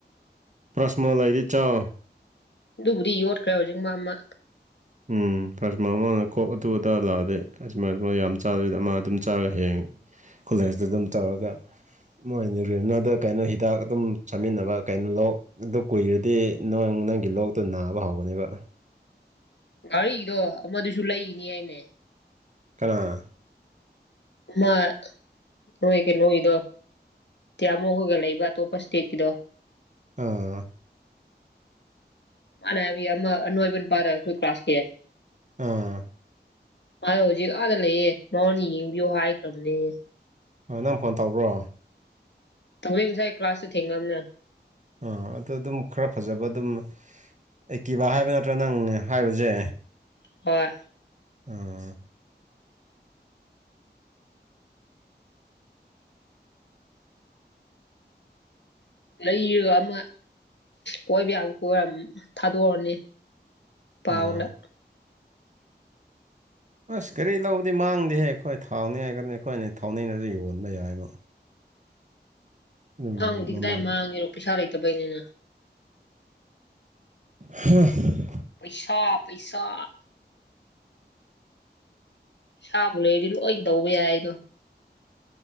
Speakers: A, on the right (about 40°); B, on the left (about 80°).
A: ꯄ꯭ꯔꯁꯃꯣꯜ ꯍꯥꯏꯗꯤ ꯆꯥꯎ
B: ꯑꯗꯨꯕꯨꯗꯤ ꯌꯣꯠꯈ꯭ꯔꯦ ꯍꯧꯖꯤꯛ ꯃꯥ ꯑꯃ
A: ꯎꯝ ꯀꯁꯇꯃꯔ ꯃꯃꯥꯡꯗ ꯀꯣꯛ ꯑꯗꯨ ꯑꯗ ꯂꯥꯛꯑꯗꯤꯦ ꯑꯁꯨꯃꯥꯏꯅ ꯌꯥꯝ ꯆꯥꯗꯔꯤꯗ ꯃꯥ ꯑꯗꯨꯝ ꯆꯥꯔꯒ ꯍꯌꯦꯉꯦ ꯈꯨꯂꯖꯇ ꯑꯗꯨꯝ ꯇꯧꯔꯒ ꯃꯣꯏꯅꯤ ꯔꯦꯕꯅꯥꯗ ꯀꯩꯅꯣ ꯍꯤꯗꯥꯛ ꯑꯗꯨꯝ ꯆꯥꯃꯤꯟꯅꯕ ꯀꯩꯅꯣ ꯂꯣꯛ ꯑꯗꯨꯣ ꯀꯨꯏꯔꯗꯤ ꯅ ꯅꯪꯒꯤ ꯂꯣꯛꯇꯨ ꯅꯥꯕ ꯍꯧꯒꯅꯦꯕ
B: ꯔꯤꯗꯣ ꯑꯗꯨꯗꯨꯁꯨ ꯂꯩꯑꯤꯅꯤ ꯍꯥꯏꯅꯦ
A: ꯀꯅꯥ
B: ꯃꯥ ꯍꯣꯏ ꯀꯩꯅꯣ ꯏꯗ ꯇꯤꯌꯥꯃꯣꯛꯒ ꯂꯩꯕ ꯑꯇꯣꯞꯄ ꯏꯁꯇꯦꯠꯀꯤꯗꯣ
A: ꯑꯥ
B: ꯑ ꯑꯅ ꯄꯔ ꯀ꯭ꯂꯥꯁꯀꯤ
A: ꯑꯥ
B: ꯑꯗꯣ ꯍꯧꯖꯤꯛ ꯑꯥꯗ ꯂꯩꯌꯦ ꯅꯉꯣꯟꯅ ꯌꯦꯡꯕꯤꯌꯣ ꯍꯥꯏꯈ꯭ꯔꯕꯅꯦ
A: ꯍꯣꯏ ꯅꯪ ꯐꯣꯟ ꯇꯧꯕ꯭ꯔꯣ
B: ꯊꯁꯥꯏ ꯀ꯭ꯂꯥꯁꯦ ꯊꯦꯡꯅꯕꯅꯦ
A: ꯑꯥ ꯑꯗꯣ ꯑꯗꯨꯝ ꯈꯔ ꯐꯖꯕ ꯑꯗꯨꯝ ꯑꯩꯀꯤꯕ ꯍꯥꯏꯕ ꯅꯠꯇ꯭ꯔꯥ ꯅꯪ ꯍꯥꯏꯕꯁꯦ
B: ꯍꯣꯏ
A: ꯎꯝ
B: ꯂꯩꯔꯒ ꯑꯃ ꯀꯣꯏꯕ ꯌꯥꯕ ꯀꯣꯏꯔ ꯊꯥꯗꯣꯛꯔꯅꯤ ꯄꯥꯎꯅ
A: ꯑꯥ ꯑꯁ ꯀꯔꯤ ꯂꯧꯕꯗꯤ ꯃꯥꯡꯗꯦꯍꯦ ꯑꯩꯈꯣꯏ ꯊꯥꯎꯅꯤ ꯍꯥꯏꯒꯅꯤ ꯑꯩꯈꯣꯏꯅꯤ ꯊꯥꯎꯅꯔꯁꯨ ꯌꯣꯟꯕ ꯌꯥꯏꯕ ꯑꯗꯨꯝ
B: ꯑꯗꯤꯛ
A: ꯃꯃꯜ
B: ꯇꯥꯏ ꯃꯥꯥꯡ ꯏꯔꯣ ꯄꯤꯁꯥ ꯂꯩꯇꯕꯩꯅꯤꯅ
A: ꯍꯥꯥ
B: ꯄꯩꯁꯥ ꯄꯩꯁꯥ ꯏꯁꯕꯨ ꯂꯩꯗꯤ ꯂꯣꯏꯅ ꯇꯧꯕ ꯌꯥꯏꯗꯣ